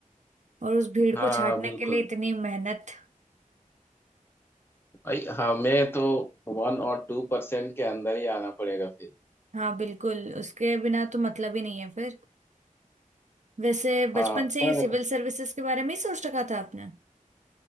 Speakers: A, on the right; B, on the left.
A: और उस भीड़ को
B: हाँ
A: छाटने
B: बिल्कुल
A: के लिए इतनी मेहनत
B: भाई हमें तो वन और टू परसेंट के अंदर ही आना पड़ेगा फिर
A: हाँ बिल्कुल उसके बिना तो मतलब ही नहीं है फिर वैसे
B: हाँ
A: बचपन से
B: पर
A: ये सिविल सर्विसेज के बारे में ही सोच रखा था आपने